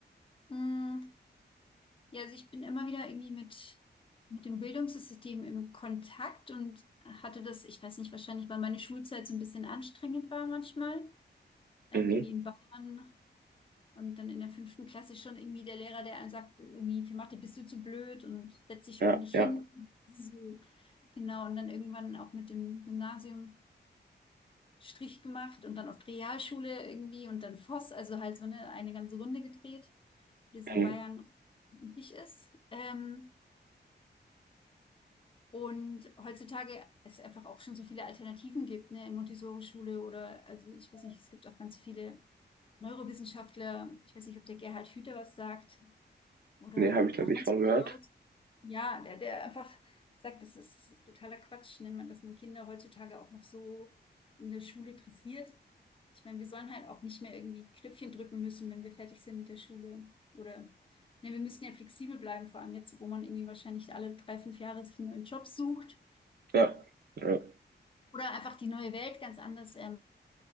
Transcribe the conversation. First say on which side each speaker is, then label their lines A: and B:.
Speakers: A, on the left (about 30°); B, on the right (about 60°).
A: Mm, Ja, also ich bin immer wieder irgendwie mit, mit dem Bildungssystem im Kontakt und hatte das, ich weiß nicht, wahrscheinlich, weil meine Schulzeit so ein bisschen anstrengend war manchmal. Ähm,
B: Mhm.
A: irgendwie in Bayern Und dann in der fünften Klasse schon irgendwie der Lehrer, der einem sagt, irgendwie für Mathe bist du zu blöd und setz dich
B: Ja,
A: ordentlich
B: ja.
A: hin. So. Genau, und dann irgendwann auch mit dem Gymnasium Strich gemacht und dann auf die Realschule irgendwie und dann Voss, also halt so eine, eine ganze Runde gedreht, wie es in
B: Mhm.
A: Bayern üblich ist. Ähm, und heutzutage es einfach auch schon so viele Alternativen gibt, ne, in Montessori-Schule oder, also ich weiß nicht, es gibt auch ganz viele Neurowissenschaftler, ich weiß nicht, ob der Gerhard Hüter was sagt, Oder
B: Nee, habe
A: einfach,
B: ich noch nicht
A: Ganz
B: von gehört.
A: viele Leute. ja, der, der einfach sagt, das ist totaler Quatsch, ne, man, dass man Kinder heutzutage auch noch so in der Schule interessiert. Ich meine, wir sollen halt auch nicht mehr irgendwie Knöpfchen drücken müssen, wenn wir fertig sind mit der Schule. Oder, ne, wir müssen ja flexibel bleiben, vor allem jetzt, wo man irgendwie wahrscheinlich alle drei, fünf Jahre sich einen neuen Job sucht.
B: Ja, ja.
A: Oder einfach die neue Welt ganz anders, ähm,